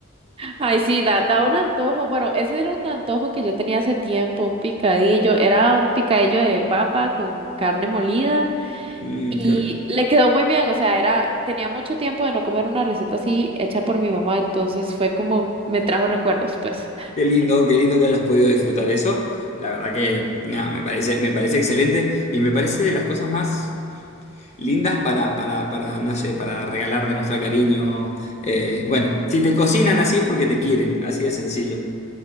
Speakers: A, on the right; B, on the left.
A: Ay, sí, da, da un antojo. Bueno, ese era un antojo que yo tenía hace tiempo, un picadillo. Era un picadillo de papa con carne molida.
B: Mm,
A: Y
B: qué rico.
A: le quedó muy bien, o sea, era, tenía mucho tiempo de no comer una receta así hecha por mi mamá, entonces fue como, me trajo recuerdos, pues.
B: Qué lindo, qué lindo que hayas podido disfrutar eso. La verdad que nada, me parece, me parece excelente y me parece de las cosas más lindas para, para, para, no sé, para regalar, demostrar cariño. Eh, bueno, si te cocinan así es porque te quieren, así de sencillo.